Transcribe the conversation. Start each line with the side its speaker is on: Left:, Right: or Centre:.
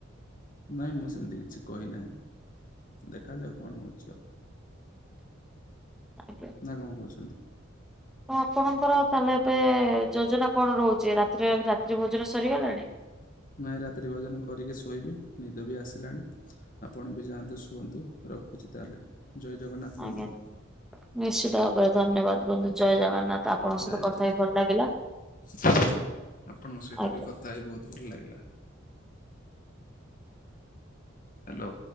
Left: ନାଇଁ ମୁଁ ସେମିତି କିଛି କହିନାହିଁ, ଦେଖାଯାଉ କଣ ହଉଛି ଆଉ?
Centre: ଆଜ୍ଞା।
Left: ନା କଣ କହୁଛନ୍ତି?
Centre: ତ ଆପଣଙ୍କର ତାହେଲେ ଏବେ ଯୋଜନା କଣ ରହୁଛି ରାତିରେ ରାତ୍ରି ଭୋଜନ ସରିଗଲାଣି?
Left: ନାଇଁ ରାତ୍ରି ଭୋଜନ କରିକି ଶୋଇବି ନିଦ ବି ଆସିଲାଣି। ଆପଣ ବି ଯାଆନ୍ତୁ ଶୁଅନ୍ତୁ ରଖୁଚି ତାହେଲେ, ଜୟ ଜଗନ୍ନାଥ
Centre: ଆଜ୍ଞା
Left: ବନ୍ଧୁ।
Centre: ନିଶ୍ଚିତ ଭାବରେ ଧନ୍ୟବାଦ ବନ୍ଧୁ, ଜୟ ଜଗନ୍ନାଥ ଆପଣଙ୍କ
Left: ଜୟ
Centre: ସହିତ କଥା
Left: ଜଗନ୍ନାଥ।
Centre: ହି ଭଲ ଲାଗିଲା।
Left: ହୁଁ ଆପଣଙ୍କ ସହିତ
Centre: ଆଜ୍ଞା।
Left: ବି କଥା ହେଇ ବହୁତ ଭଲ ଲାଗିଲା। ହ୍ୟାଲୋ।